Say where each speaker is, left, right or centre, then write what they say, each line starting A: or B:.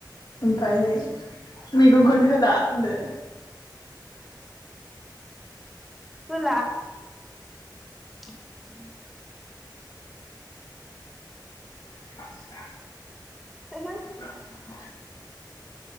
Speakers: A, on the left (about 60°); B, in the centre.
A: ओमफायो मैगंखौनो होला होनदो।
B: होला। उ
A: <unintelligible>
B: <unintelligible>
A: <inaudible>